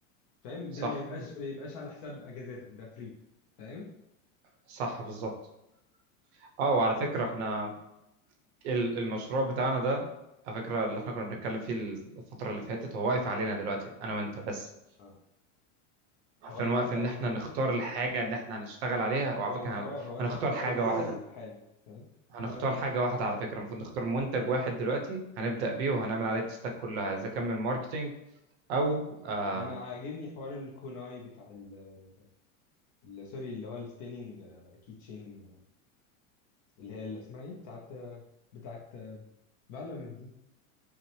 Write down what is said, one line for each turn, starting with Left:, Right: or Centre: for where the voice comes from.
Left: فاهم
Right: صح
Left: ده ما يبقاش
Right: بز-
Left: ما يبقاش على حساب اجازاتك ده فري فاهم
Right: صح بالظبط اه وعلى فكره احنا ال- المشروع بتاعنا ده على فكرة اللي احنا كنا بنتكلم فيه الفترة اللي فاتت هو واقف علينا دلوقتي انا وانت بس
Left: اه
Right: عارفين
Left: هو واقف
Right: واقف
Left: على
Right: ان احنا
Left: ق...
Right: نختار الحاجة اللي احنا هنشتغل عليها وعلى
Left: هو
Right: فكرة
Left: القرار
Right: هن-
Left: هو واقف
Right: هنختار
Left: على القرار
Right: حاجة
Left: ان
Right: واحدة
Left: احنا نبدا حالا فاهم
Right: هنختار
Left: انا واقفنا
Right: حاجة واحدة على فكرة المفروض نختار منتج واحد دلوقتي هنبدأ بيه وهنعمل عليه التستات كلها اذا كان من ماركتينج او آم،
Left: انا عاجبني حوار الكوناي بتاع ال... ال- سوري اللي هو السبيننج كيتشين اللي هي اللي اسمها ايه بتاعت بتاعت فالورنت دي